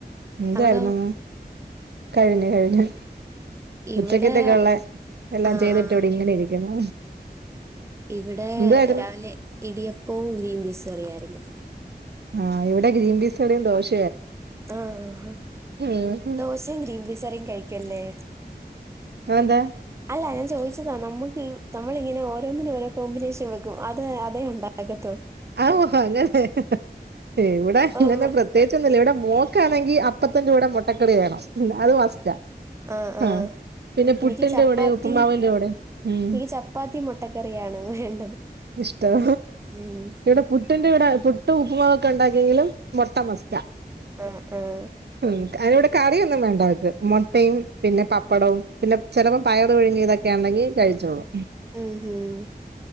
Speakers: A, on the right; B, on the right.
A: എന്തായിരുന്നു
B: അവിടോ
A: കഴിഞ്ഞു കഴിഞ്ഞു
B: ഇവിടെ
A: ഉച്ചക്കത്തക്കെ ഉള്ള എല്ലാം
B: ആ
A: ചെയ്തിട്ട്
B: ആ
A: ഇവിടെ ഇങ്ങനെ ഇരിക്കുന്നു
B: ഇവിടെ
A: എന്തായിരുന്നു
B: രാവിലെ ഇടിയപ്പവും ഗ്രീൻ പീസ് കറിയായിരുന്നു
A: ആ ഇവിടെ ഗ്രീൻ പീസ് കറിയും ദോശ
B: ആ ആ
A: ഉം
B: ദോശയും ഗ്രീൻ പീസ് കറിയും കഴിക്കല്ലേ
A: അതെന്താ
B: അല്ല ഞാൻ ചോദിച്ചതാ നമ്മുക്ക് നമ്മളിങ്ങനെ ഓരോന്നിനും ഓരോ കോമ്പിനേഷൻ വെക്കും അത് അതെ ഉണ്ടാക്ക
A: അങ്ങനെ എവിടെ
B: അപ്പോൾ
A: ഇങ്ങനെ
B: നമ്മൾ
A: പ്രത്യേകിച്ചൊന്നുമില്ല ഇവിടെ മോ ക്കാ ആണെങ്കിൽ അപ്പത്തിന്റെ കൂടെ മുട്ടക്കറി വേണം ഇല്ല അത് മസ്റ്റാ
B: ആ ആ
A: ആഹ് പിന്നെ
B: എനിക്ക്
A: പുട്ടിന്റെ
B: ചപ്പാത്തി
A: കൂടെ ഉപ്പുമാവിന്റെ കൂടെ ഉം
B: എനിക്ക് ചപ്പാത്തി മുട്ടക്കറിയാണ് വേണ്ടത്
A: ഇഷ്ടം
B: ഉം
A: ഇവിടെ പുട്ടിന്റെ ഇവിടെ പുട്ട് ഉപ്പ്മാവൊക്കെ ഉണ്ടാക്കിയെങ്കിലും മൊട്ട മസ്റ്റ
B: ആഹ് ആഹ്
A: ഉം അതിവിടെ കറിയൊന്നും വേണ്ടക്ക് മുട്ടയും പിന്നെ പപ്പടവും പിന്നെ ചിലപ്പോ പയർ പുഴുങ്ങിയതൊക്കെ ആണെങ്ക ങ്കി കഴിച്ചോളും
B: ഉം മ്